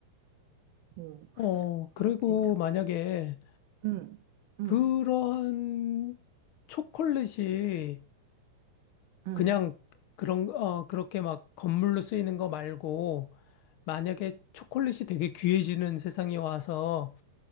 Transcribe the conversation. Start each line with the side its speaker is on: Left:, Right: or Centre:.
Right: 오,
Left: 어, 그리고
Right: 아, 괜찮.
Left: 만약에
Right: 응, 응,
Left: 그런 초콜릿이
Right: 응.
Left: 그냥 그런, 어, 그렇게 막 건물로 쓰이는 거 말고, 만약에 초콜릿이 되게 귀해지는 세상이 와서